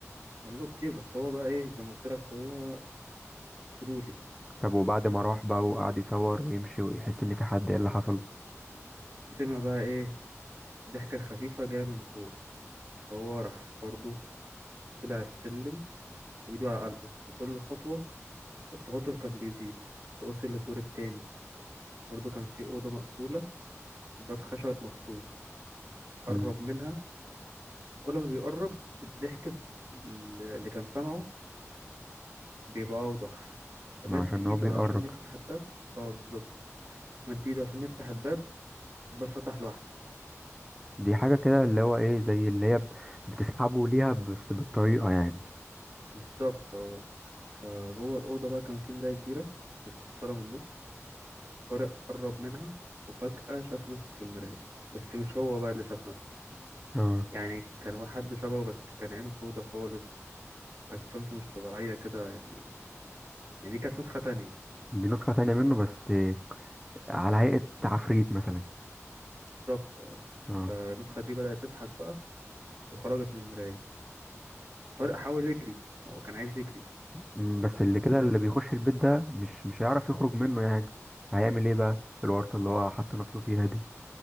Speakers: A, on the right (about 45°); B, in the centre.
A: قالوا له كتير بس هو بقى ايه زي ما قلت لك هو فضولي
B: طب وبعد ما راح بقى وقعد يصور ويمشي ويحس ان في حد ايه اللي حصل
A: سمع بقى ايه ضحكة خفيفة جاية من فوق فهو راح برضه طلع السلم وإيده على قلبه وكل خطوة التوتر كان بيزيد فوصل للدور التاني برضه كان في أوضة مقفولة باب خشب مكسور قرب
B: مم.
A: منها كل ما بيقرب الضحك ب- اللي كان سامعه بيبقى أوضح فمد
B: ما عشان
A: إيده
B: هو بيقرب
A: علشان يفتح الباب اه بالظبط مد إيده عشان يفتح الباب الباب فتح لوحده
B: دي حاجه كده اللي هو ايه زي اللي هي ب- بتسحبه ليها بس بالطريقه يعني
A: بالظبط اه فجوه الأوضة بقى كان في مراية كبيرة متكسرة من النص طارق قرب منها وفجأة شاف نفسه في المراية بس مش هو بقى اللي شاف نفسه
B: اه
A: يعني كان واحد شبهه بس كان عينه سودة خالص وكانت ابتسامته مش طبيعية كده يعني يعني دي كانت نسخة تانية
B: دي نسخه تانية منه بس على هيئه عفريت مثلا
A: بالظبط اه
B: اه
A: فالنسخة دي بدأت تضحك بقى وخرجت من المراية فطارق حاول يجري هو كان عايز يجري
B: مم، بس اللي
A: بس
B: كده
A: ر-
B: اللي بيخش البيت ده مش مش هيعرف يخرج منه يعني هيعمل ايه بقى في الورطة اللي هو حط نفسه فيها دي